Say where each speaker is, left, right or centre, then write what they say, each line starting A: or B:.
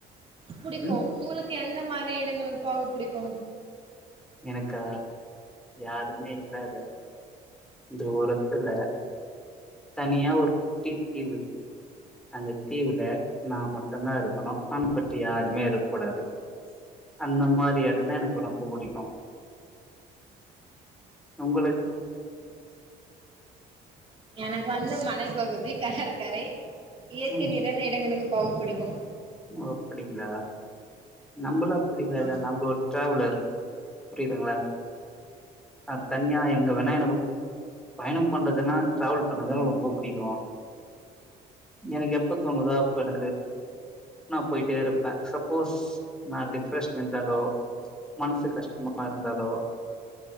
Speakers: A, on the right (about 35°); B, in the centre.
A: புடிக்கு
B: ம்
A: உங்களுக்கு எந்த மாரி எடங்களுக்கு போக புடிக்கு
B: எனக்கா யாருமே இல்லாத தூரத்துல தனியா ஒரு குட்டி தீவு அந்த தீவுல நா மட்டுதா இருக்கணு அனா பட் யாருமே இருக்க கூடாது அந்த மாரி எடேன்னா எனக்கு ரொம்ப புடிக்கு உங்களுக்கு
A: எனக்கு வந்து மலைப்பகுதி கடற்கரை இயற்கை
B: ம்
A: நிறைந்த இடங்களுக்கு போக புடிக்கு
B: ஓ அப்டிங்களா நம்பளா அப்டில்லல
A: ஆ
B: நம்ப ஒரு ட்ராவலர் புரியுதுங்களா நா தனியா எங்க வேணா எனக்கு பயணோ பண்றதுன்னா டிராவல் பண்றதுன்னா ரொம்ப புடிக்கு எனக்கு எப்ப தோணுதோ அப்ப எனக்கு நா போயிட்டே இருப்பே சப்போஸ் நா டிப்ரஷன் இருந்தாலோ மனசு கஷ்டமா இருந்தாலோ